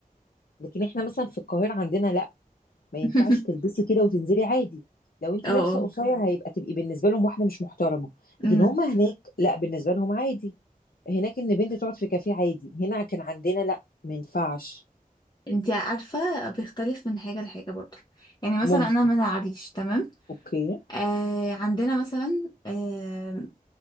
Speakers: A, on the left; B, on the left.
A: لكن احنا مثلا في القاهرة عندنا لا ما ينفعش
B: <laughs>
A: تلبسي كده وتنزلي عادي لو انت
B: اه
A: لابسه
B: اه
A: قصير هيبقى تبقي بالنسبه لهم واحده مش محترمه لكن
B: امم
A: هم هناك لا بالنسبه لهم عادي هناك ان بنت تقعد في كافيه عادي هنا كان عندنا لا ما ينفعش
B: انتي <laughs> عارفة بيختلف من حاجة لحاجة برضه يعني مثلا
A: ممكن
B: انا من العريش تمام
A: اوكي
B: آه عندنا مثلا آه،